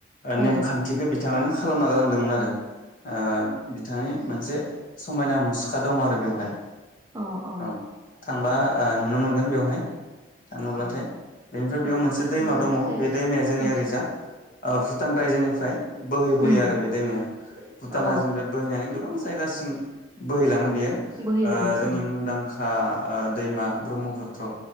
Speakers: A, on the right; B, on the left.
A: औ अ
B: नेमखान्थिखो बि बिथाङानो खालामना गालांदोंमोन आरो। ओ बिथांनि मोनसे <inaudible> समायना मुसुखा दं आरो बेवहाय।
A: अ अ
B: औ थांबा आ नुनो मोनगोन बेवहाय। थाङोब्लाथाय
A: अ
B: बेनिफ्राय बेयाव
A: औ
B: मोनसे
A: आं थांनो
B: दैमा
A: मोनाखै
B: दङ बे दैमाया जोंनि
A: उम
B: ओरैजा ओ भुटान रायजोनिफ्राय बोहैबुयो
A: उम
B: आरो बे दैमाया भुटान
A: अ
B: हाजोनिफ्राय बोहैनानै गोबां जायगासि <unintelligible> बोहैलाङो बेयो ओ
A: बोहैलाङो
B: जोंनि
A: औ
B: मुंदांखा आ‌ दैमा ब्रह्मपुत्र